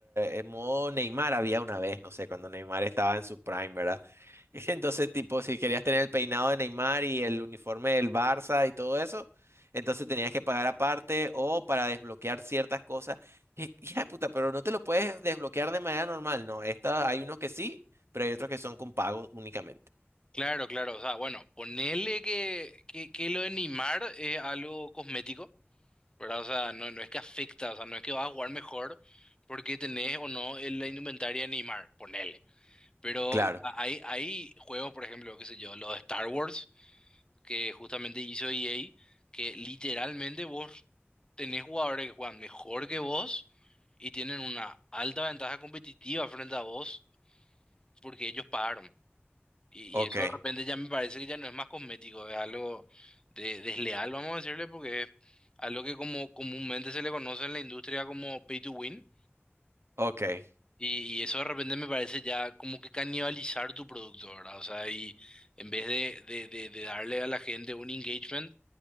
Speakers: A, on the right; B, on the left.
A: eh, modo Neymar había una vez, no sé, cuando Neymar estaba en su prime, ¿verdad? <laughs> Entonces, tipo, si querías tener el peinado de Neymar y el uniforme del Barça y todo eso, entonces tenías que pagar aparte o para desbloquear ciertas cosas. Y, <laughs> hija de puta, pero no te lo puedes desbloquear de manera normal, ¿no? Esta, hay unos que sí, pero hay otros que son con pago únicamente.
B: Claro, claro, o sea, bueno, ponele que, que, que lo de Neymar es algo cosmético, ¿verdad? O sea, no, no es que afecta, o sea, no es que vas a jugar mejor porque tenés o no el- la indumentaria de Neymar, ponele. Pero
A: Claro,
B: a- hay, hay juegos, por ejemplo, qué sé yo, los de Star Wars, que justamente hizo EA, que literalmente vos tenés jugadores que juegan mejor que vos y tienen una alta ventaja competitiva frente a vos porque ellos pagaron. Y,
A: ok,
B: y eso de repente ya me parece que ya no es más cosmético, es algo de, desleal, vamos a decirle, porque es algo que como comúnmente se le conoce en la industria como pay to win.
A: ok.
B: Y, y eso de repente me parece ya como que canibalizar tu producto, ¿verdad? O sea, y en vez de, de, de, de darle a la gente un engagement,